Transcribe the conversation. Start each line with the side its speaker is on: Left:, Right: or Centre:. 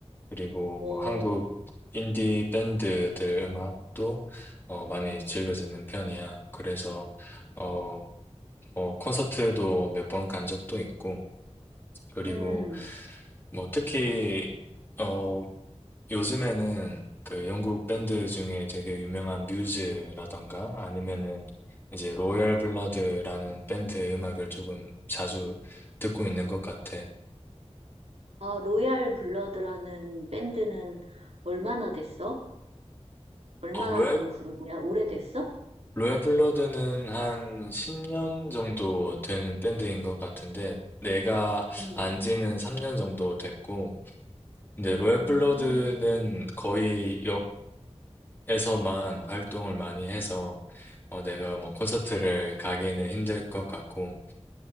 Left: 그리고
Right: 어,
Left: 뭐 한국 인디 밴드들 음악도 어, 많이 즐겨 듣는 편이야. 그래서 어, 어, 콘서트도 몇 번 간 적도 있고, 그리고
Right: 음.
Left: 뭐 특히 어, 요즘에는 그 영국 밴드 중에 되게 유명한 뮤즈라던가 아니면은 이제 로열 블러드라는 밴드 음악을 조금 자주 듣고 있는 것 같아.
Right: 아, 로얄 블러드라는 밴드는 얼마나 됐어? 얼마나
Left: 어, 로얄?
Right: 된 그룹이야? 오래됐어?
Left: 로얄 블러드는 한 10년 정도 된 밴드인 것 같은데, 내가
Right: 응.
Left: 안 지는 3년 정도 됐고, 근데 로얄
Right: 음,
Left: 블러드는 거의 영국에서만 활동을 많이 해서, 어, 내가 뭐 콘서트를 가기는 힘들 것 같고,